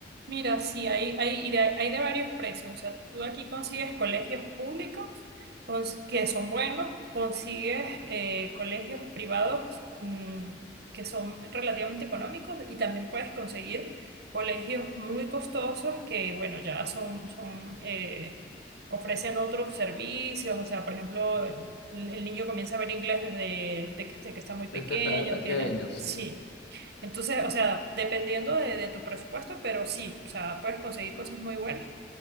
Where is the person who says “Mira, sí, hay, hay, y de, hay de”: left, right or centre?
Right